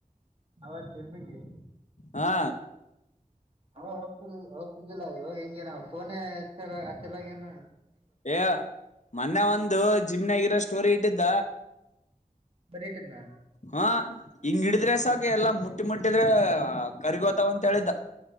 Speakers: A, on the right (about 40°); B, on the left (about 55°).
A: ಅವತ್ತಿಮ್ಮಿಗಿ.
B: ಹಾ
A: ಅವಾಗ್ ಹೋಗ್ ಹೋಗ್ತಿದ್ದಿಲ್ಲ ಇವಾಗ ಹೆಂಗೆನ ಫೋನೇ ಆಚ ಅಚಲಾಗೇನ.
B: ಹೇ ಮನ್ನೆ ಒಂದು. ಜಿಮ್ನಾಗಿರೋ ಸ್ಟೋರಿ ಇಟ್ಟಿದ್ದ.
A: ಬರೀಟಿದ್ನ
B: ಹಾ ಹಿಂಗ್ ಹಿಡಿದ್ರೆ
A: ಹ್ಮ್
B: ಸಾಕ್ ಎಲ್ಲಾ ಮುಟ್ ಮುಟ್ಟಿದ್ರೆ ಕರಿಗೋತ್. ಅತವ್ ಅಂತ ಹೇಳಿದ್ದ.